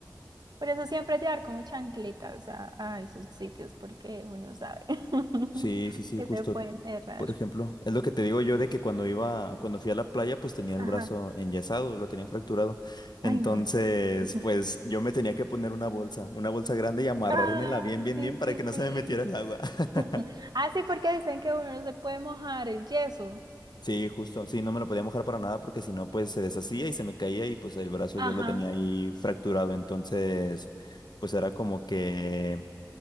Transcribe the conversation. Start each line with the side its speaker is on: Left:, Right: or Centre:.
Right: Por eso siempre llevar como chanclitas a, a esos sitios, porque uno sabe <laughs>
Left: Sí, sí, sí,
Right: que
Left: justo.
Right: se puede enterrar.
Left: por ejemplo. Es lo que te digo yo de que cuando iba, cuando fui a la playa, pues tenía el
Right: Ajá.
Left: brazo enyesado, lo tenía fracturado. Entonces,
Right: Ay, no. Ujú.
Left: pues yo me tenía que poner una bolsa, una bolsa grande y amarrármela
Right: Ah,
Left: bien, bien,
Right: sí,
Left: bien para
Right: sí,
Left: que no
Right: sí.
Left: se me metiera el agua. <laughs>
Right: <laughs> Ah, sí, porque dicen que uno no se puede mojar el yeso.
Left: Sí, justo, sí, no me lo podía mojar para nada porque si no, pues se deshacía y se me caía y pues el brazo
Right: Ajá.
Left: yo lo tenía ahí fracturado. Entonces, pues era como que...